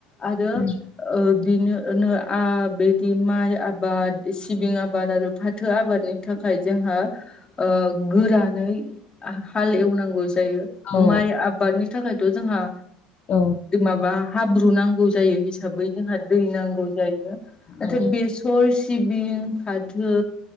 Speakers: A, on the left; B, on the left.
A: आरो
B: उम
A: ओ बिनिनो आ बिदि माइ आबाद सिबिं आबाद आरो फाथ फाथो आबादनि थाखाय जोंहा ओ गोरानै हाल एवनांगौ जायो
B: औ
A: माइ आबादनि थाखायथ' जोंहा
B: औ
A: माबा हाब्रु नांगौ जायो हिसाबै जोंहा दै नांगौ जायो
B: औ
A: नाथाय बे थर सिबिं फाथो